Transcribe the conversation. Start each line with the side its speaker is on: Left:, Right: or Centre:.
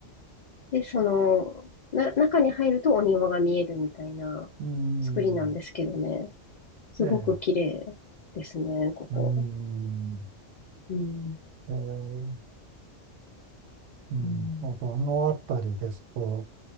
Left: で、その、な、中に入るとお庭が見えるみたいな作りなんですけどね。
Right: うん、
Left: すごく綺麗ですね、
Right: ええ、
Left: ここ。
Right: うん、
Left: うん。
Right: ええ、うん、
Left: うん
Right: あと、あのあたりですと、